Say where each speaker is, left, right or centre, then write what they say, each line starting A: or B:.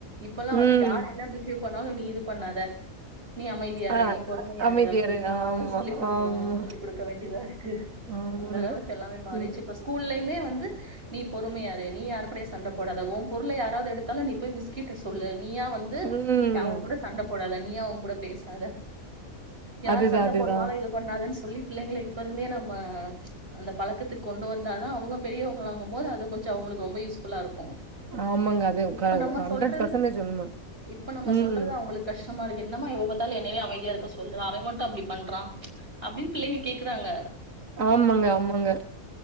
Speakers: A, on the right; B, on the right.
A: இப்பெல்லா வந்து
B: ம்
A: யார் என்ன பிஹேவ் எது பண்ணாலும் நீ இது பண்ணாத நீ அமைதியாரு
B: ஆ
A: நீ பொறுமையாரு
B: அமைதியாரு
A: அப்டின்ற
B: ஆமா
A: மாரிதா சொல்லி குடுக்குறோ
B: ஆமா
A: சொல்லி குடுக்க வேண்டியதாருக்கு
B: ஆமாங்க
A: அந்தளவுக்கு எல்லாமே மாறிச்சு
B: ம்
A: இப்ப ஸ்கூல்லயுமே வ ந்து நீ பொறுமையாரு நீ யார்கூடய ஸ் சண்ட போடாத ஓ பொருள யாராவ்து எடுத்தாலு நீ மிஸ்கிட்ட சொல்லு நீயா வந்து
B: ம்
A: ய அவுங்க கூட சண்ட போடாதன் நீயூ அவங்கூட பேசாத யார்
B: அதுதா
A: சண்ட
B: அதுதா
A: போட்டாலு இது பண்ணாதன் ஸ் சொல்லி பிள்ளைங்கள இப்பருந்தே நம்ம அந்த பழக்கத்துக்கொண்டு வந்தாதா அவுங்க பெரியவங்களாகும் போது அத கொஞ்சோ அவங்களுக் ரொம்ப யூஸ் ஃபுல்லாருக்கு
B: ஆமாங்க அது
A: இப்ப
B: க
A: நம்ம
B: ஹண்ட்ரட்
A: சொல்றது
B: பர்சன்டேஜ் உண்ம
A: இப்ப நம்ம
B: ம்
A: சொல்றது அவங்களுக் கஷ்டமாருக்கு என்னமா எப்ப பாத்தாலு என்னயவே அமைத் யாருக்க சொல்ற அவன் மட்டு அப்டி பண்றா அப்டின்னு பிள்ளைங்க கேக்குறாங்க
B: ஆமாங்க ஆமாங்க